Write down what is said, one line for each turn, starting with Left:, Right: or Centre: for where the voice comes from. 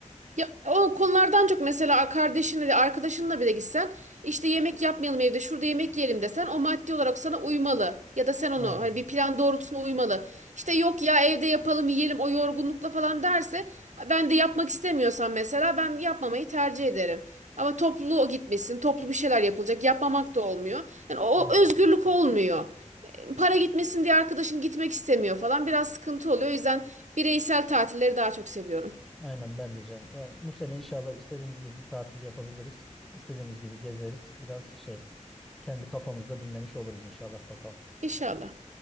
Right: Ya o konulardan çok mesela kardeşinle de arkadaşınla bile gitsen işte yemek yapmayalım evde şurada yemek yiyelim desen o maddi olarak sana uymalı. Ya da sen onu
Centre: Aynen.
Right: hani bir plan doğrultusunda uymalı. İşte yok ya evde yapalım yiyelim o yorgunlukla falan derse ben de yapmak istemiyorsam mesela ben yapmamayı tercih ederim. Ama toplu o gitmesin toplu bir şeyler yapılacak yapmamak da olmuyor. Yani o
Centre: Aynen.
Right: o özgürlük
Centre: öyle.
Right: olmuyor. E, Para gitmesin diye arkadaşın gitmek istemiyor falan biraz sıkıntı oluyor. O yüzden bireysel tatilleri daha çok seviyorum.
Centre: Aynen ben diyeceğim. Yani bu sene inşallah istediğimiz gibi bir tatil yapabiliriz. İstediğimiz gibi gezeriz. Biraz şey kendi kafamızda dinlemiş oluruz inşallah bakalım.
Right: İnşallah.